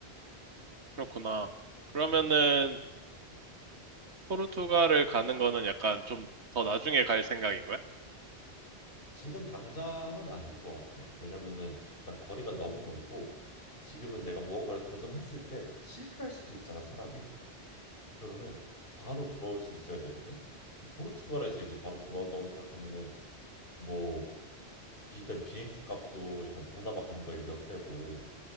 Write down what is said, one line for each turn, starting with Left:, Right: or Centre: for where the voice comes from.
Right: 그렇구나. 그러면은
Left: 음.
Right: 포르투갈을 가는 거는 약간 좀 더 나중에 갈 생각인 거야?
Left: 지금 당장은 아닌 것 같아. 왜냐면은 일단 거리가 너무 멀고 지금은 내가 무언가를 도전했을 때 실패할 수도 있잖아, 사람이. 그러면은 바로 돌아올 수 있어야 되거든. 근데 포르투갈에서 이제 바로 돌아온다고 생각하면은 뭐 비- 일단 비행기 값도 일단 동남아 가는 거에 몇 배고